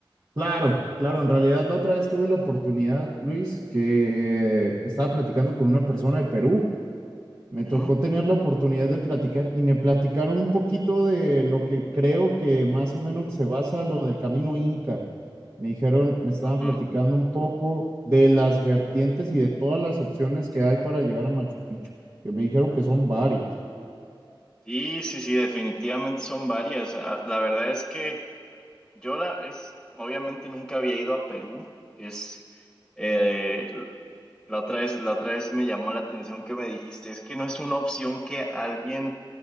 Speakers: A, on the right (about 40°); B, in the centre.
A: Claro, claro. En realidad, la otra vez tuve la oportunidad, Luis, que estaba platicando con una persona de Perú. Me
B: Ujú,
A: tocó tener la oportunidad de platicar y me platicaron un poquito de lo que creo que más o menos se basa lo del camino Inca. Me dijeron, me estaban
B: ujú.
A: platicando un poco de las vertientes y de todas las opciones que hay para llegar a Machu Picchu, que me dijeron que son varias.
B: Sí, sí, sí, definitivamente son varias. Ah, La verdad es que Yo la es, obviamente nunca había ido a Perú. Es eh, la otra vez, la otra vez me llamó la atención que me dijiste, es que no es una opción que alguien